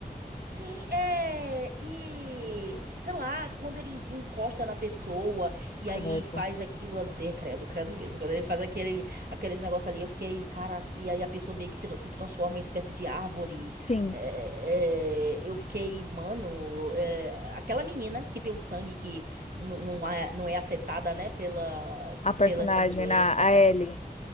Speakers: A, on the right; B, on the left.
A: Sim, é. E sei lá, quando ele encosta na pessoa e
B: Credo.
A: aí faz aquilo ali, é, credo, credo mesmo. Quando ele faz aquele, aqueles negócios ali, eu fiquei, cara, e aí a pessoa meio que tra- se transforma em espécie de árvore.
B: Sim,
A: É, é, eu fiquei, mano, é, aquela menina que tem o sangue que n- não é, não é afetada, né, pela,
B: a personagem,
A: pela essa doença
B: a, a Ellie,